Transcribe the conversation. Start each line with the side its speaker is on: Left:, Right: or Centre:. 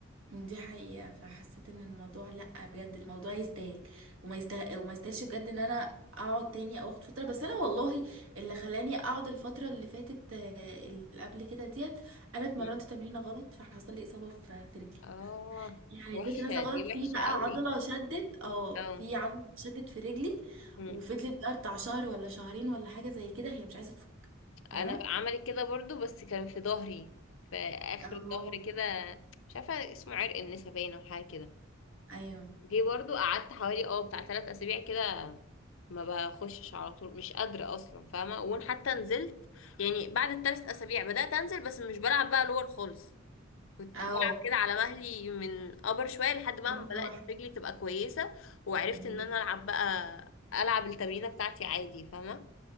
Right: دي حقيقة فحسيت ان الموضوع لا بجد الموضوع يستاهل وما يستاهل وما يستاهلش بجد ان انا اقعد تاني او اخد فترة بس انا والله اللي خلاني اقعد الفترة اللي فاتت آه، اللي قبل كده ديت انا اتمرنت
Left: مم.
Right: تمرينة غلط فحصل لي اصابة في في رجلي
Left: اه
Right: يعني
Left: وحشة
Right: نزلت نازله غلط
Left: دي
Right: في
Left: وحشة
Right: بقى
Left: قوي
Right: عضله شدت اه
Left: اه
Right: في عضله شدت في رجلي
Left: مم.
Right: وفضلت بقى بتاع شهر ولا شهرين ولا حاجه زي كده هي مش عايزه تفك فاهمه
Left: انا عملت كده برضو بس كان في ظهري في اخر
Right: اه
Left: الظهر كده مش عارفة اسمه عرق النسا باينة او حاجة كده
Right: ايوه
Left: جه برضو قعدت حوالي اه بتاع ثلاث اسابيع كده ما بخشش على طول مش قادرة اصلا فاهمة وان حتى نزلت يعني بعد الثلاث اسابيع بدأت انزل بس مش بلعب بقى لور خالص كنت
Right: اه
Left: بلعب كده على مهلي من ابر شوية لحد بقى
Right: واحده
Left: ما بدأت
Right: واحده
Left: رجلي تبقى كويسة وعرفت
Right: مم.
Left: ان انا العب بقى العب التمرينة بتاعتي عادي فاهمة